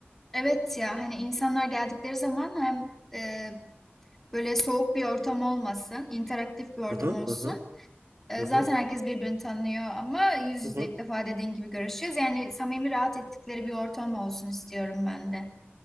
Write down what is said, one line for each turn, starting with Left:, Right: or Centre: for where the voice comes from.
Centre: Evet ya hani insanlar geldikleri zaman hem e, böyle soğuk bir ortam olmasın, interaktif bir ortam
Right: Hı hı
Centre: olsun.
Right: hı hı
Centre: E,
Right: hı
Centre: zaten
Right: hı.
Centre: herkes birbirini tanıyor ama yüz yüze
Right: hı hı.
Centre: ilk defa dediğin gibi görüşeceğiz. Yani samimi rahat ettikleri bir ortam olsun istiyorum ben de.